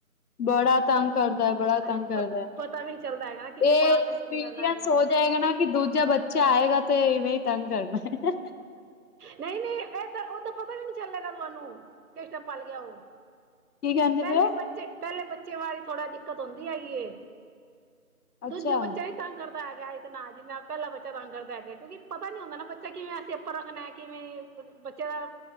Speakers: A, on the left; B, on the right.
A: ਬੜਾ ਤੰਗ ਕਰਦਾ-ਬੜਾ
B: ਹਾਂਜੀ
A: ਤੰਗ ਕਰਦਾ
B: ਪਤਾ ਪਤਾ ਵੀ ਨਹੀਂ ਚੱਲਦਾ ਹੈਗਾ ਨਾ ਕਿਵੇਂ
A: ਇਹ
B: ਪਾਲਣਾ
A: ਐਕਸਪੀਰੀਅੰਸ
B: ਕਿਵੇਂ ਕਰਨਾ ਹੈਗਾ
A: ਹੋ ਜਾਏਗਾ ਨਾ। ਵੀ ਦੂਜਾ ਬੱਚਾ ਆਏਗਾ ਤੇ ਇਵੇਂ ਹੀ ਤੰਗ ਕਰਨਾ ਹੈ।
B: ਨਹੀਂ-ਨਹੀਂ, ਏਦ ਓਦਾ ਪਤਾ ਵੀ ਨਹੀਂ ਚੱਲੇਗਾ ਤੁਹਾਨੂੰ ਕਿਸ ਟਾਈਮ ਪਲ ਗਿਆ ਉ।
A: ਕੀ ਕਹਿੰਦੇ
B: ਪਹਿਲੇ
A: ਪਏ ਹੋ
B: ਬੱਚੇ ਪਹਿਲੇ ਬੱਚੇ ਵਾਰੀ ਥੋੜ੍ਹਾ ਦਿੱਕਤ ਉਦੀ ਆਈ ਏ। ਦੂਜਾ
A: ਅੱਛਾ
B: ਬੱਚਾ ਨੀ ਤੰਗ ਕਰਦਾ ਹੈਗਾ ਇਤਨਾ ਜਿੰਨਾ ਪਹਿਲਾ ਬੱਚਾ ਤੰਗ ਕਰਦਾ ਹੈਗਾ। ਕਿਉਂਕਿ ਪਤਾ ਨੀ ਹੁੰਦਾ ਨਾ ਬੱਚਾ ਕਿਵੇਂ ਅਸੀਂ ਆਪਾਂ ਰੱਖਣਾ ਕਿਵੇਂ ਬੱਚੇ ਦਾ